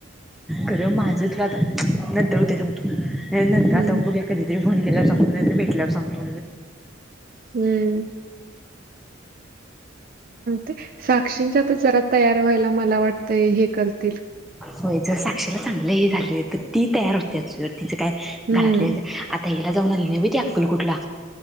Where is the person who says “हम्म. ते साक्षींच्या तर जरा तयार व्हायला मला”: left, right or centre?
Right